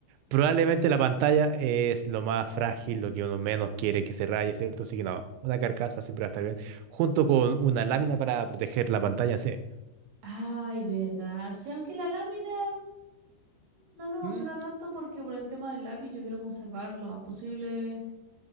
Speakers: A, on the right; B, on the right.
A: Probablemente la pantalla es lo más frágil, lo que uno menos quiere que se raye, ¿cierto? Así que no, una carcasa siempre va a estar bien. Junto con una lámina para proteger la pantalla, sí.
B: Ay, verdad. Sí, aunque la lámina no me emociona
A: Mm.
B: tanto porque por el tema del lápiz yo quiero conservar lo más posible.